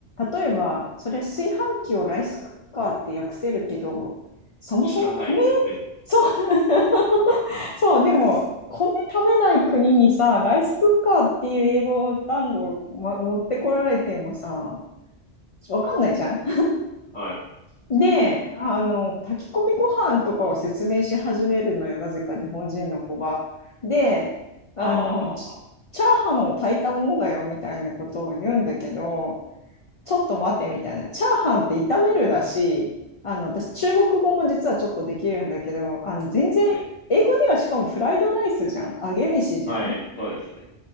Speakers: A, on the left; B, on the left.
A: 例えば、そりゃ炊飯器をライスクッカーって訳せるけど、そもそも米、
B: 知らないです。
A: そう、<laughs> そう、でも、米食べない国にさ、ライスクッカーっていう英語単語を、ま、持ってこられてもさ、わかんないじゃん。
B: はい。
A: で、あの、炊き込みご飯とかを説明し始めるのよ、なぜか日本人の子が。で、あの、
B: あ
A: チチャーハンを炊いたものだよみたいなことを言うんだけど、ちょっと待てみたいな。チャーハンって炒めるだし、あの、私、中国語も実はちょっとできるんだけど、あの、全然、
B: あ。はい。
A: 英語ではしかもフライドライスじゃん。揚げ飯じゃん。
B: はい。そうですね。